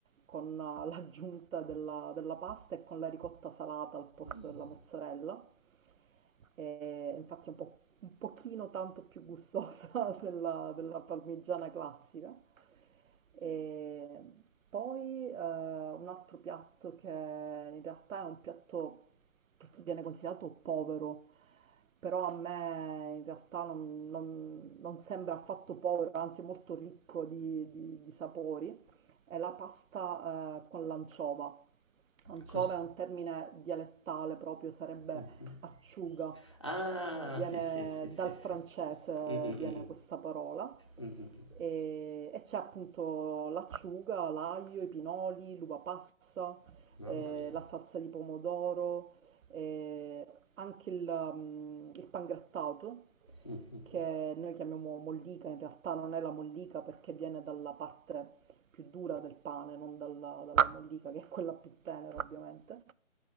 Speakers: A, on the right (about 75°); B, on the left (about 25°).
A: con eh, l'aggiunta della, della pasta e con la ricotta salata al posto
B: Mm.
A: della mozzarella. E infatti è un po', un pochino tanto più gustosa <laughs> della, della parmigiana classica. E poi eh, un altro piatto che in realtà è un piatto che viene considerato povero, però a me in realtà non, non- non sembra affatto povero, anzi è molto ricco di, di- di sapori, è la pasta eh, con l'anciova. Anciova
B: Cos-
A: è un termine dialettale proprio, sarebbe
B: mhm.
A: acciuga.
B: Ah,
A: Viene
B: sì, sì, sì, sì,
A: dal
B: sì.
A: francese,
B: Mm, mm,
A: viene
B: mm, mm.
A: questa parola
B: Mm, mm, mm.
A: e, e c'è appunto l'acciuga, l'aglio, i pinoli, l'uva passa,
B: Mamma
A: eh,
B: mia.
A: la salsa di pomodoro, eh, anche il, mm, il pangrattato
B: Mm.
A: che noi chiamiamo mollica, in realtà non è la mollica perché viene dalla parte più dura del pane, non dalla, dalla mollica che è quella più tenera ovviamente